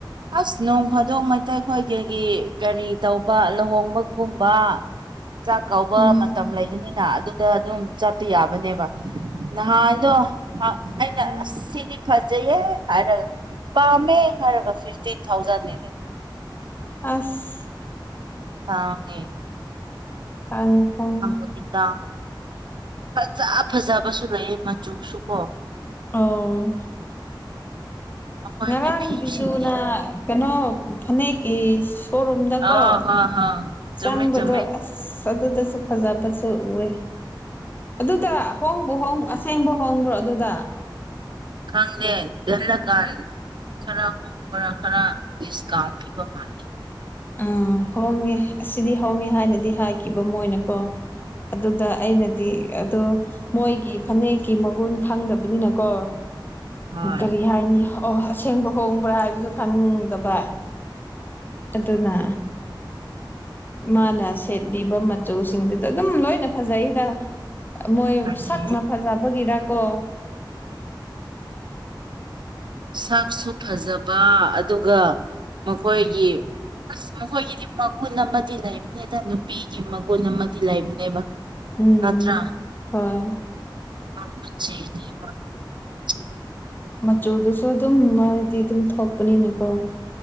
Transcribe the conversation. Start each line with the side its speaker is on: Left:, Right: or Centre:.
Right: ꯑꯁ ꯅꯣꯡ ꯐꯥꯗꯣꯡ ꯃꯩꯇꯩ ꯍꯣꯏ ꯀꯒꯤ ꯀꯔꯤ ꯇꯧꯕ ꯂꯨꯍꯣꯡꯕꯒꯨꯝꯕ ꯆꯥꯛ ꯀꯥꯎꯕ
Left: ꯎꯝ
Right: ꯃꯇꯝ ꯂꯩꯒꯅꯤꯅ ꯑꯗꯨ ꯗ ꯑꯗꯨꯝ ꯆꯠꯄ ꯌꯥꯕꯅꯦꯕ ꯅꯍꯥꯟꯗꯣ ꯑꯩꯅ
Left: ꯎꯝ
Right: ꯑꯁ ꯁꯤꯗꯤ ꯐ ꯆꯩꯩꯌꯦ ꯍꯥꯏꯔꯒ ꯄꯥꯝꯃꯦ ꯍꯥꯏꯔꯒ ꯐꯤꯐꯇꯤꯟ ꯊꯥꯎꯖꯟꯅꯤꯅꯦ
Left: ꯑꯁ
Right: ꯇꯥꯡꯉꯦ
Left: ꯇꯥꯡꯉꯦ ꯇꯥꯡꯉꯦ
Right: ꯑꯖꯤꯠꯇ ꯐꯖ ꯐꯖꯕꯁꯨ ꯂꯩ ꯃꯆꯨꯁꯨ ꯀꯣ
Left: ꯑꯣ
Right: ꯃꯈꯣꯏꯒꯤ
Left: ꯉꯔꯥꯡ
Right: ꯐꯤꯁꯤꯗꯤ
Left: ꯕꯤꯖꯨꯅ ꯀꯩꯅꯣ ꯐꯅꯦꯛ ꯏꯁ ꯁꯣꯔꯣꯝꯗꯀꯣ
Right: ꯑ ꯍ ꯍ ꯆꯨꯝꯃꯦ
Left: ꯆꯪꯕꯗꯣ
Right: ꯆꯨꯝꯃꯦ
Left: ꯑꯁ ꯑꯗꯨꯗ ꯐꯖꯥꯕꯁꯨ ꯎꯦ ꯑꯗꯨꯗ ꯍꯣꯡꯕ ꯍꯣꯡ ꯑꯁꯦꯡꯕ ꯍꯣꯡꯕ꯭ꯔꯣ ꯑꯗꯨꯗ
Right: ꯈꯪꯉꯦ ꯅ ꯀꯥꯟ ꯈꯔ ꯈꯣꯡꯕꯔ ꯈꯔ ꯗꯤꯁꯀꯥꯎꯟ ꯄꯤꯕ ꯃꯥꯜꯂꯦ
Left: ꯑꯥ ꯍꯣꯡꯉꯦ ꯑꯁꯤꯗꯤ ꯍꯣꯡꯉꯦ ꯍꯥꯏꯅꯗꯤ ꯍꯥꯏꯈꯤꯕ ꯃꯣꯏꯅꯀꯣ ꯑꯗꯨꯗ ꯑꯩꯅꯗꯤ ꯑꯗꯨ ꯃꯣꯏꯒꯤ ꯐꯅꯦꯛꯀꯤ ꯃꯒꯨꯟ ꯈꯪꯗꯕꯅꯤꯅꯀꯣ
Right: ꯍꯣꯏ
Left: ꯀꯔꯤ ꯍꯥꯏꯅꯤ ꯑꯁꯦꯡꯕ ꯍꯣꯡꯕ꯭ꯔꯥ ꯍꯥꯏꯕꯗꯨ ꯈꯪꯗꯕ ꯑꯗꯨꯅ ꯃꯥꯅ ꯁꯦꯠꯕꯤꯕ ꯆꯨꯁꯤꯡꯗꯨꯗ ꯑꯗꯨꯝ ꯂꯣꯏꯅ ꯐꯖꯩꯗ ꯃꯣꯏ
Right: ꯐꯖꯩꯌꯦ
Left: ꯁꯛꯅ ꯐꯖꯕꯒꯤꯔ ꯑꯣ
Right: ꯁꯥꯛꯁꯨ ꯐꯖꯕ ꯑꯗꯨꯒ ꯃꯈꯣꯏꯒꯤ ꯑꯁ ꯃꯈꯣꯏꯒꯤꯗꯤ ꯃꯒꯨꯟ ꯑꯃꯗꯤ ꯂꯩꯕꯅꯦꯗ ꯅꯨꯄꯤꯒꯤ ꯃꯒꯨꯟ ꯑꯃꯗꯤ ꯂꯩꯕꯅꯦꯕ
Left: ꯎꯝ
Right: ꯅꯠꯇ꯭ꯔꯥ
Left: ꯍꫭꯏ
Right: <unintelligible>
Left: ꯃꯆꯨꯗꯨꯁꯨ ꯑꯗꯨꯝ ꯃꯣꯏꯗꯤ ꯑꯗꯨꯝ ꯊꯣꯛꯄꯅꯤꯅꯀꯣ